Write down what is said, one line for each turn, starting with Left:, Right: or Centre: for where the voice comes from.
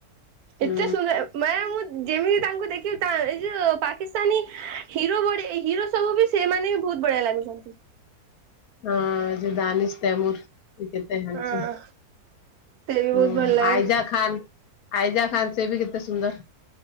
Left: ହୁଁ
Right: ଏତେ ସୁନ୍ଦର ମାନେ ମୁଁ ଯେମିତି ତାଙ୍କୁ ଦେଖିବ ତା ଏ ଯୋଉ ପାକିସ୍ତାନୀ ହିରୋ ଭଡି ହିରୋ ସବୁ ବି ସେମାନେ ବହୁତ ବଢିଆ ଲାଗୁଛନ୍ତି।
Left: ହଁ ଯେ ଦାନିସ ତେମୁର ସେ କେତେ ହାଣ୍ଡ୍ସମ
Right: ହଁ ସେ ବି
Left: ହୁଁ
Right: ବହୁତ ଭଲ ଲାଗେ।
Left: ଆଇଜା ଖାନ୍ ଆଇଜା ଖାନ୍ ସେ ବି କେତେ ସୁନ୍ଦର।